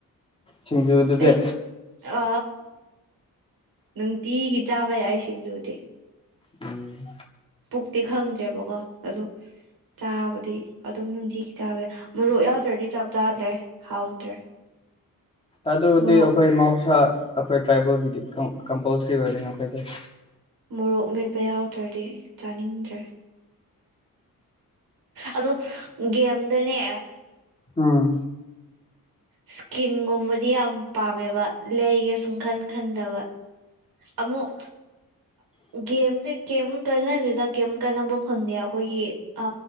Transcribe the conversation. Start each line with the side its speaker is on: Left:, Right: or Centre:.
Left: ꯁꯤꯡꯖꯨꯗꯨꯗꯤ
Right: ꯑꯩ ꯑ ꯅꯨꯡꯇꯤꯒꯤ ꯆꯥꯕ ꯌꯥꯏ ꯁꯤꯡꯖꯨ ꯑꯣꯀꯦ
Left: ꯎꯝ
Right: ꯍꯧꯨꯛꯇꯤ ꯈꯪꯗ꯭ꯔꯦꯕꯀꯣ ꯑꯣ ꯆꯥꯕꯗꯤ ꯑꯗꯨꯝ ꯅꯨꯡꯊꯤꯒꯤ ꯆꯥꯕ ꯃꯣꯔꯣꯛ ꯌꯥꯎꯗ꯭ꯔꯗꯤ ꯆꯥꯛ ꯆꯥꯗ꯭ꯔꯦ ꯍꯥꯎꯗ꯭ꯔꯦ
Left: ꯑꯗꯨꯗꯤ
Right: ꯃꯣꯔꯣꯛ
Left: ꯑꯩꯈꯣꯏ ꯃꯍꯧꯁꯥ ꯑꯩꯈꯣꯏ ꯇ꯭ꯔꯥꯏꯕꯦꯜꯒꯤꯗꯤ ꯀꯝꯄꯜꯁꯔꯤ ꯑꯣꯏꯔꯦꯅꯣ ꯍꯥꯏꯩꯗ
Right: ꯃꯣꯔꯣꯛ ꯃꯦꯠꯄ ꯌꯥꯎꯗ꯭ꯔꯗꯤ ꯆꯥꯅꯤꯡꯗ꯭ꯔꯦ ꯑꯗ ꯦꯝꯗꯅꯦ
Left: ꯎꯝ
Right: ꯏꯁꯀꯤꯟꯒꯨꯝꯕꯗꯤ ꯌꯥꯝ ꯄꯥꯝꯃꯦꯕ ꯂꯩꯒꯦ ꯁꯨꯝ ꯈꯟ ꯈꯟꯗꯕ ꯑꯃꯃꯣ
Left: <inaudible>
Right: ꯒꯦꯝꯁꯦ ꯀꯦꯝ ꯀꯥꯟꯅꯁꯤꯗ ꯀꯩꯝ ꯀꯥꯟꯅꯕ ꯐꯪꯗꯦ ꯑꯩꯈꯣꯏꯒꯤ ꯑ